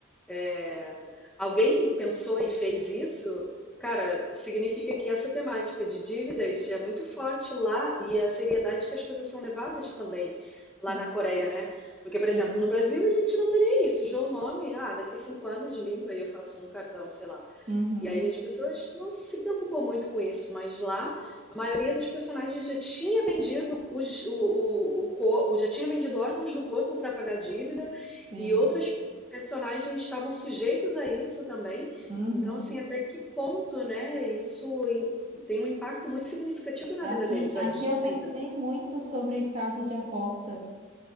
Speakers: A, in the centre; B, on the right (about 35°).
A: é, alguém pensou e fez isso, cara, significa que essa temática de dívidas é muito forte lá e a seriedade que as coisas são levadas também lá
B: Sim.
A: na Coreia, né? Porque, por exemplo,
B: Sim.
A: no Brasil a gente não tem nem isso. João Nome, ah, daqui a cinco anos limpa e eu faço um cartão, sei lá.
B: Uhum.
A: E aí as pessoas não se preocupam muito com isso, mas lá a maioria dos personagens já tinha vendido os, o, o, o cor- já tinha vendido órgãos do corpo para pagar dívida
B: Sim.
A: e outras personagens estavam sujeitos a isso também.
B: Uhum.
A: Então, assim, até que ponto, né? Isso em- tem um impacto muito significativo na
B: Aqui,
A: vida deles,
B: aqui
A: a dívida.
B: eu pensei muito sobre casa de aposta